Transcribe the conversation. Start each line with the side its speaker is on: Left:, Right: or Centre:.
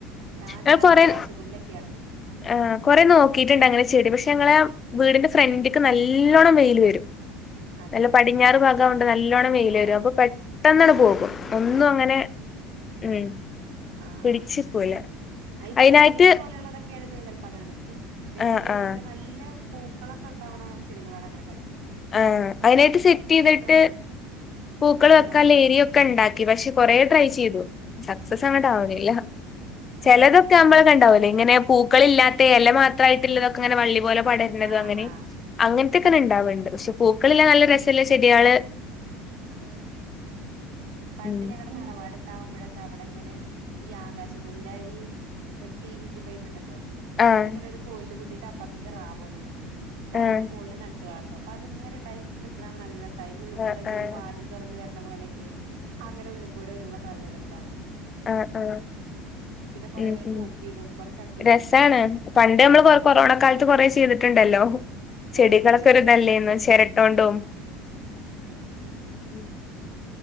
Right: അന്ന്
Left: ഞാ കൊറെ
Right: ആകാശമുല്ലൊക്കെ ആയിരുന്നു
Left: ആ കൊറെ നോക്കിട്ടുണ്ട് അങ്ങനെ ചെടി പക്ഷെ ഞങ്ങളെ വീടിന്റെ ഫ്രണ്ട്ക്ക് നല്ലോണ്ണം വെയില് വരും
Right: അതെ
Left: നല്ല പടിഞ്ഞാറ് ഭാഗമാകോണ്ട് നല്ലോണം വെയില്
Right: ആഹ്
Left: വരും അപ്പൊ പെട്ടന്നണ് പോകും അ ഒന്നും അങ്ങനെ ഉം
Right: ആഹ
Left: പിടിച്ച് നിക്കൂല
Right: ആ ഈ
Left: അയിനായിട്ട്
Right: പത്തുമണി പോലെയുള്ളതൊക്കെയാണ ചിലപ്പോ അങ്ങനെ നക്കും വല്ിയ
Left: ആഹ് ആഹ്
Right: നല്ല നല്ല പൂക്കളൊക്കെ ഉണ്ടാവണ ചെികളാണ് അങ്ങെ
Left: ആഹ അതിനായിട്ട് സെറ്റ് ചെയ്തിട്ട്
Right: നല്ല
Left: പൂക്കൾ വെക്കാ
Right: ആഹ്
Left: ലേരിയ ഒക്കെ ഉണ്ടാക്കി പക്ഷെ കൊറേ ട്രൈ ചെയ്തു സക്സസ് അങ്ങോട്ട
Right: അതെ
Left: ആാവണല്ല ചിലതൊക്കെ
Right: ആഹ് ആഹ്
Left: നമ്മള കണ്ടാവല്ലേ ഇങ്ങനെ പൂക്കളില്ലാത്ത തേല മാത്രമായിട്ടുള്ളതൊക്കെ അങ്ങനെ വള്ളി പോലെ പടരുന്നതും
Right: ആഹ്
Left: അങ്ങനെയും
Right: ആഹ് ആഹ്
Left: അങ്ങനത്തെക്കനെ
Right: അതെ
Left: ഉണ്ടാവുണ്ട് പക്ഷെ പൂക്കള് ള്ളെ നല്ല രെസല്ല ചെടി ഇയാള്
Right: ആഹാ പണ്ട്
Left: ഉം
Right: ഞങ്ങടെ തറവാട്ണ്ടാവുമ്പഴക്കെ അവടങ്ങനെ ഈ ആകാശമുല്ല ഈ പി വി സി പൈപ്പ് ഉണ്ടല്ലോ?
Left: ആഹ്
Right: അതിങ്ങനൊരു കോല്ൽ കുത്തി അപ്പർത്തേക്ക്‌ റാ പോലെ വെക്കും. ട്ടതിന്റെ
Left: ആഹ്
Right: മോള്ല് നട്ട് വളർത്തും. അത്ങ്ങനെണ്ടായി നിക്കണകാണാൻ നല്ല രസ് ട്ടയിന്റുള്ളിക്കൂടെ
Left: ആഹ്
Right: ഇങ്ങനൊ
Left: ആഹ്
Right: വാതിൽ തുറന്നു തരണ പോലെയൊക്കെയെ അങ്ങനെ ഉള്ളിൽ കൂടെ ഒരു ല്ലേ രേസാർന്നു.
Left: ആ ആ
Right: കൊറേ
Left: മ്
Right: തൂക്കിയിടും
Left: മ്
Right: കൊറേ ചട്ടിയിലൊക്കെ
Left: രെസാണ് പണ്ട് ഞമ്മള്
Right: ആഹ്
Left: കൊ കൊറോണ കാലത്ത് കൊറെ ചെയ്തിട്ടുണ്ടല്ലോ? ചെടികളൊക്കെ
Right: അതെ
Left: ഒരു തല്ലേന്ന് ചിരട്ടോണ്ടും
Right: ആഹ്
Left: ഉം